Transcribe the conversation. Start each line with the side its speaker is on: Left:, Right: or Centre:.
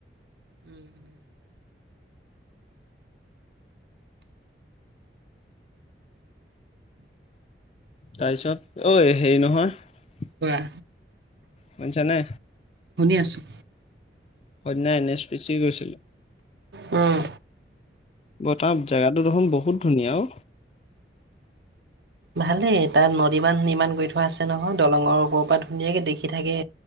Right: উম উম।
Left: তাৰপিছত ঐ হেৰি নহয়।
Right: কোৱা।
Left: শুনিছা নে?
Right: শুনি আছোঁ।
Left: সই এন এছ পি চি গৈছিলো।
Right: উম।
Left: বত জোগাটো দেখোন বহুত ধুনীয়া অ
Right: ভালেই তাত নদী মানুন ইমান গৈ থোৱা আছে নহয় দলংৰ ওপৰৰ পৰা ধুনীয়াকে দেখি থাকে